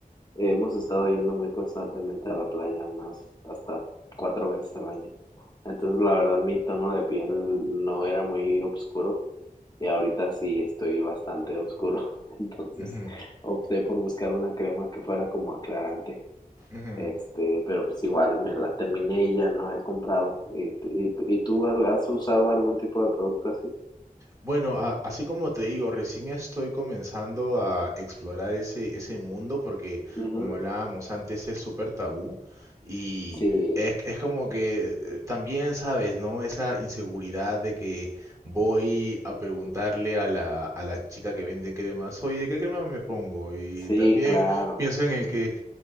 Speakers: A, on the left; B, on the right.
A: hemos estado yendo muy constantemente a la playa, unas hasta cuatro veces al año. Entonces, la verdad, mi tono de piel no era muy oscuro y ahorita sí estoy bastante oscuro. <laughs> Entonces,
B: Ujú,
A: opté por buscar una crema que fuera como aclarante.
B: ujú.
A: Este, pero pues igual me la terminé y ya no he comprado. ¿Y, y, y tú al- has usado algún tipo de producto así?
B: Bueno, a- así como te digo, recién estoy comenzando a explorar ese, ese mundo porque,
A: Ujú.
B: como hablábamos antes, es súper tabú y
A: Sí,
B: es, es como que eh, también, ¿sabes, no? Esa inseguridad de que voy a preguntarle a la, a la chica que vende cremas, oye, ¿de qué crema me pongo? Y
A: sí,
B: también
A: claro.
B: pienso en el que,